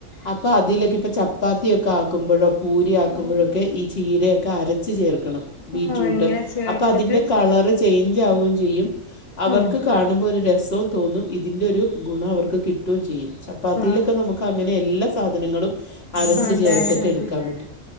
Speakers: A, on the left (about 50°); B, on the left (about 30°).
A: അപ്പൊ അതിലൊക്കെ ഇപ്പ ചപ്പാത്തിയോ ആക്കുമ്പോഴോ പൂരി ആക്കുമ്പോഴൊക്കെ
B: ഉം
A: ഈ ചീരയൊക്കെ അരച്ചു ചേർക്കണം ബീറ്റ്റൂട്ട്
B: ആ ഇങ്ങനെ ചേർത്തിട്ട്
A: അപ്പ അതിന്റെ കളറ് ചേഞ്ച് ആവുകയും ചെയ്യും അവർക്ക്
B: ഉം
A: കാണുമ്പോൾ ഒരു രസവും തോന്നും ഇതിന്റെ ഒരു ഗുണം അവർക്ക് കിട്ടുകയും ചെയ്യും ചപ്പാത്തിയിലൊക്കെ
B: ആ
A: നമുക്ക് അങ്ങനെ എല്ലാ സാധനങ്ങളും അരച്ച
B: അതെ
A: ചേർത്തിട്ട്
B: അത്
A: എടുക്കാൻ പറ്റും